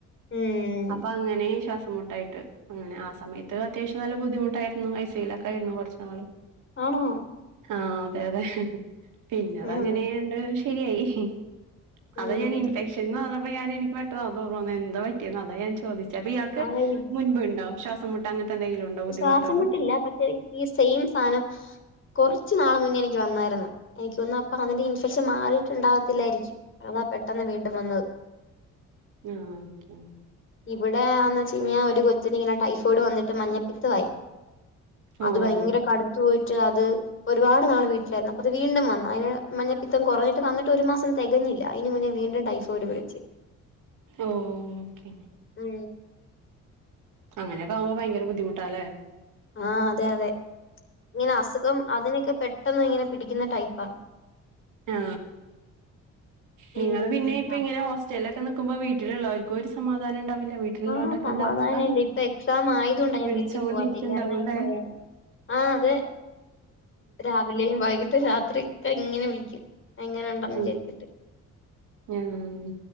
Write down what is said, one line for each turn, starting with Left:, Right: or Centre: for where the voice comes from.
Left: ഉം
Right: അപ്പോ അങ്ങനെ ശ്വാസം ബുദ്ധിമുട്ടായിട്ട് അനെ ആ സമയത്ത് അത്യാവശ്യം നല്ല ബുദ്ധിമുട്ടായിരുന്നു ഐസിയിലൊക്കെയിരുന്നു കുറച്ച നാള്
Left: ആണോ
Right: ആ അതെ അതെ പിന്നെ അതങ്ങനെങ്ങ്ശരിയായി
Left: ഉം ഉം
Right: അത ാൻ ഇൻഫെക്ഷൻന്ന് പറഞ്ഞപ്പോ ഞാ എനിക്ക് പെട്ടോ അത്ോഓവോന്ന എന്താ പറ്റിയന്ന് അത ഞാൻ ചോദിച്ചു അപ്പൊ ഇയാൾക്ക്
Left: അതെ
Right: മുൻപ് ഉണ്ടാവും ശ്വാസം മുട്ട് അങ്ങനത്തെ എന്തെങ്കിലും ഉണ്ടോ ബുദ്ധിമുട്ടുകള്
Left: ശ്വാസംമുട്ടില്ല പക്ഷെ ഈ സെയിം സാധനം കുറച്ചു നാള് മുന്നേ എനിക്ക് വന്നായിരുന്നു എനിക്ക് വന്ന അപ്പൊ അതിന്റെ ഇൻഫെക്ഷൻ മാറിയിട്ടുണ്ടാവത്തില്ലായിരിക്കും അതാ പെട്ടെന്ന് വീണ്ടും വന്നത്
Right: ആഹ് ഓക്കെ
Left: ഇവിടെ യാന്ന്ച് പിന്നെ ഒരു കൊച്ചിന് ഇങ്ങനെ ടൈഫോയിഡ് വന്നിട്ട് മഞ്ഞപ്പിത്തായി അത്
Right: ഓഹ്
Left: ഭയങ്കര കടുത്തു പോയി അത് ഒരുപാട് നാള് വീട്ടിലായിരുന്നു അപ്പ അത് വീണ്ടും വന്നു അതിന് മഞ്ഞപ്പിത്തം കുറഞ്ഞ വന്നിട്ട് ഒരു മാസം തികഞ്ഞില്ല ഇനി മുന്നേ നീണ്ടും ഡൈഫോ ഒരു വിളച്ച്
Right: ഓഹ് ഓക്കെ
Left: ഉ
Right: അങ്ങനെയൊക്കെകുമ്പോ ഭയങ്കര ബുദ്ധിമുട്ടല്ലേ
Left: ആഹ അതെ അതെ ഇങ്ങനെ അസുഖം അതിനൊക്കെ പെട്ടന്ന് ഇങ്ങനെ പിടിക്കുന്ന ടൈപ്പാണ്
Right: ആ നിങ്ങള്
Left: ഉം
Right: പിന്നെ ഇപ്പം
Left: വന്നില്ല
Right: ഇങ്ങനെ ഹോസ്റ്റലൊക്കെ നിക്കുമ്പോ വീട്ട മറ്റിലുള്ളവർക്കും ഒരു സമാധാനം ഉണ്ടാവും വീട്ടിലോണ്ടൊക്കെ
Left: ആഹ് സമാധാനല്ല
Right: എന്ത അവസ്ഥെ
Left: ഇപ്പൊ എക്സാം ആയതുകൊണ്ടാ ഞാൻ
Right: വിളിച്ചപോലി
Left: വീട്ടിൽ പോവാത്തെ
Right: ഇട്ട
Left: ഇല്ലായിരുന്നേ
Right: ഇണ്ടാവൂല്ലേ
Left: പോയേനെ ആഹ് അതെ രാവിലെയും വൈകിട്ട് രാത്രി ഒക്കെ ഇങ്ങനെ വിളിക്കും എങ്ങനെ ഉണ്ടെന്ന്
Right: ഉം
Left: വിചാരിച്ചിട്ട്
Right: ആഹ്